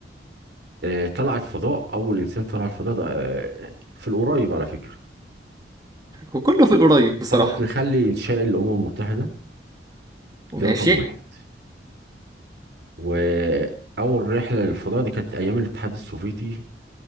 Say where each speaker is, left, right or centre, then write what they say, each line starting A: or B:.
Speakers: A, on the right; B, on the right.
A: آه، طلع الفضاء أول إنسان طلع الفضاء ده آه، في القريب على فكرة
B: وكله في القريب بصراحة
A: خلاص نخلي إنشاء الأمم المتحدة
B: وماشي
A: دي رقم واحد وأول رحلة للفضاء دي كانت أيام الاتحاد السوفيتي